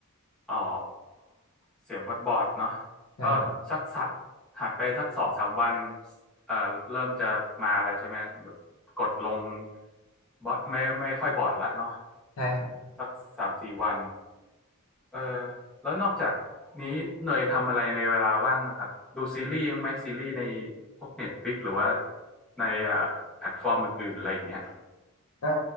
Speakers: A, in the centre; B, on the left.
A: อ๋อเสียงบอดบอดเนาะ
B: ใช่ครับ
A: ก็สักสะหัดไปสักสองสามวันเอ่อเริ่มจะมาแล้วใช่ไหมแบบกดลงบอดไม่ไม่ค่อยบอดละเนาะ
B: ใช่ครับ
A: สักสามสี่วันเออแล้วนอกจากนี้เนยทำอะไรในเวลาว่างบ้างครับดูซีรีส์บ้างไหมซีรีส์ในพวก Netflix หรือว่าในเอ่อแพลตฟอร์มอื่นๆอะไรอย่างเงี้ย
B: ก็